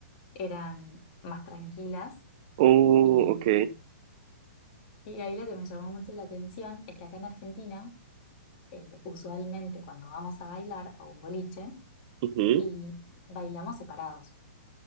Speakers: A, on the left; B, on the right.
A: eran más tranquilas
B: Oh,
A: y,
B: ok.
A: y ahí lo que me llamó mucho la atención es que acá en Argentina, eh, usualmente cuando vamos a bailar a un boliche,
B: Ujú.
A: y bailamos separados.